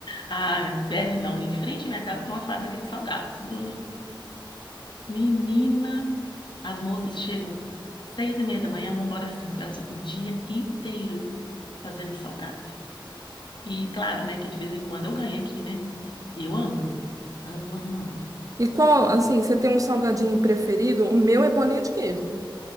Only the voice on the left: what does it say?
Ah, perde não. Em frente à minha casa tem uma fábrica de salgados, Bruna. Menina, As moças chegam seis e meia da manhã, vão embora às cinco. Elas ficam o dia inteiro fazendo salgado. E claro, né, que de vez em quando eu ganho aqui, né? E Eu amo. Amo, amo, amo.